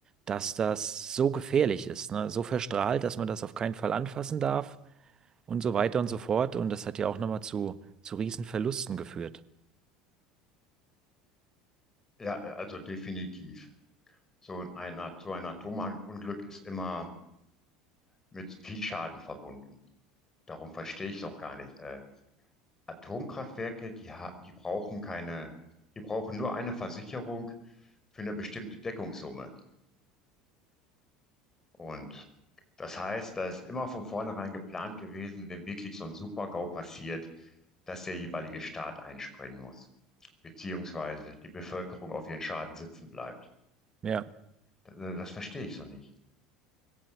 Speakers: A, on the right (about 30°); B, on the left (about 20°).
A: dass das so gefährlich ist, ne? So verstrahlt, dass man das auf keinen Fall anfassen darf und so weiter und so fort. Und das hat ja auch nochmal zu, zu Riesenverlusten geführt.
B: Ja, äh, also definitiv. So ein, At- so ein Atomunglück ist immer mit viel Schaden verbunden. Darum verstehe ich es auch gar nicht. Äh, Atomkraftwerke, die, ha- die brauchen keine, die brauchen nur eine Versicherung für eine bestimmte Deckungssumme. Und das heißt, da ist immer von vornherein geplant gewesen, wenn wirklich so ein Super-GAU passiert, dass der jeweilige Staat einspringen muss, beziehungsweise die Bevölkerung auf ihren Schaden sitzen bleibt.
A: Ja,
B: Das, das verstehe ich so nicht.